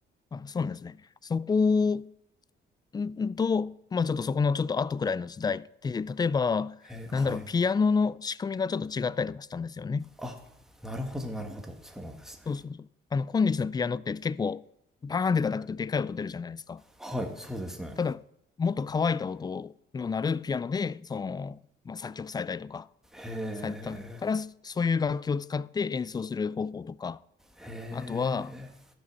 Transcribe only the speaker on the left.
あ、そうなんですね。そこんと、まあちょっとそこのちょっと後くらいの時代って、例えば、
なんだろう、
ピアノの仕組みがちょっと違ったりとかしたんですよね。
そうそうそう。あの、今日のピアノって結構、バーンって叩くとでかい音出るじゃないですか。
ただ、もっと乾いた音の鳴るピアノで、その、まあ、作曲されたりとか、
されたから、そそういう楽器を使って演奏する方法とか、
あとは、